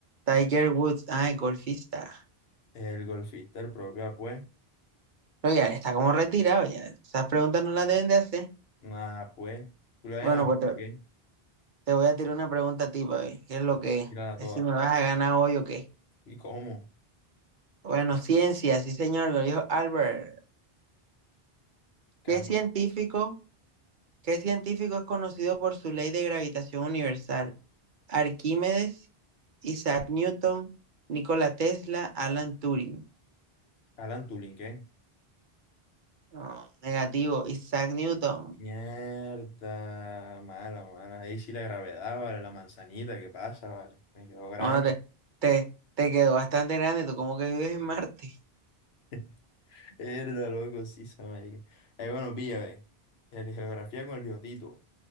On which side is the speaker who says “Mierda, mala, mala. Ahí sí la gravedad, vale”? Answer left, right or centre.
Left